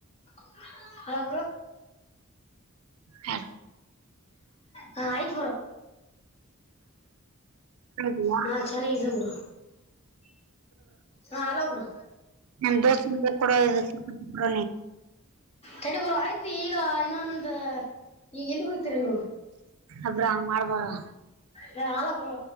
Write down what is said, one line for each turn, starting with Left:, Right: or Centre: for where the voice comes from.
Left: <inaudible> ಹಾಯ್ ಬ್ರೋ
Right: ಹಾ
Left: ಹಾ ಆಯ್ತ್ ಬ್ರೋ
Right: ಬ್ರೋ
Left: ಹಾ ಚೆನ್ನಾಗಿದ್ದೀನಿ ಬ್ರೋ ಹಾ ಹಲೋ ಬ್ರೋ
Right: ನಮ್ ದೋಸ್ತನ ಕೈಯ ಕೊಡು ಇದೆನ್ನ ನೀ
Left: ತಡಿ ಬ್ರೋ ಆಯ್ತ ಈಗ ಇನ್ನೊಂದ ಈಗ ಎಲ್ಲಿ ಹೋಗ್ತೀರ ನೀವು
Right: ಅಬ್ರಾ ಹಂಗ್ ಮಾಡ್ಬಾರ
Left: ಹೆ ಹಲೋ ಬ್ರೋ